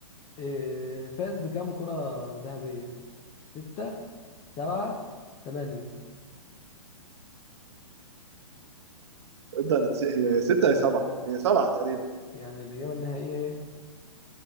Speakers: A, on the left; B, on the right.
A: إيه فاز بكام كرة ذهبية ستة سبعة تمانية
B: ابدا انا نسي- هي ستة هي سبعة هي سبعة تقريبا
A: يعني الإجابة النهائية ايه